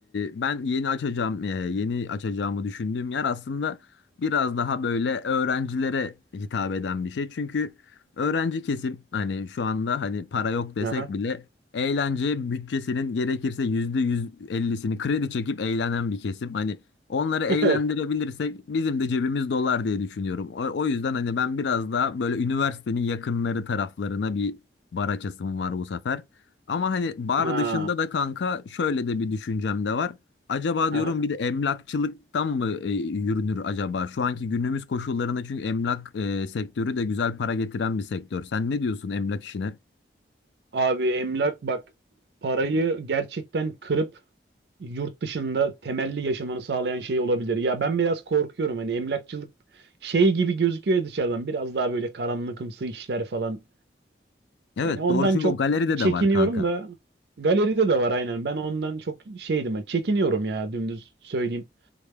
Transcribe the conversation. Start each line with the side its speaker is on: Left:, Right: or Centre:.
Left: e, ben yeni açacağım e, yeni açacağımı düşündüğüm yer aslında biraz daha böyle öğrencilere hitap eden bir şey. Çünkü öğrenci kesim hani şu anda hani para yok desek
Right: Aha.
Left: bile eğlence bütçesinin gerekirse %150'sini kredi çekip eğlenen bir kesim. Hani onları eğlendirebilirsek
Right: <laughs> Evet.
Left: bizim de cebimiz dolar diye düşünüyorum. O, o yüzden hani ben biraz daha böyle üniversitenin yakınları taraflarına bir bar açasım var bu sefer. Ama hani bar
Right: Ha.
Left: dışında da kanka şöyle de bir düşüncem de var. Acaba
Right: Aha.
Left: diyorum bir de emlakçılıktan mı e, yürünür acaba? Şu anki günümüz koşullarında çünkü emlak e, sektörü de güzel para getiren bir sektör. Sen ne diyorsun emlak işine?
Right: Abi emlak bak parayı gerçekten kırıp yurt dışında temelli yaşamanı sağlayan şey olabilir. Ya ben biraz korkuyorum hani emlakçılık şey gibi gözüküyor ya dışarıdan biraz daha böyle karanlıkımsı işler falan.
Left: Evet
Right: Hani ondan
Left: doğru çünkü
Right: çok
Left: o galeride
Right: çekiniyorum
Left: de var kanka.
Right: da galeride de var aynen. Ben ondan çok şeydim. hani Çekiniyorum ya dümdüz söyleyeyim.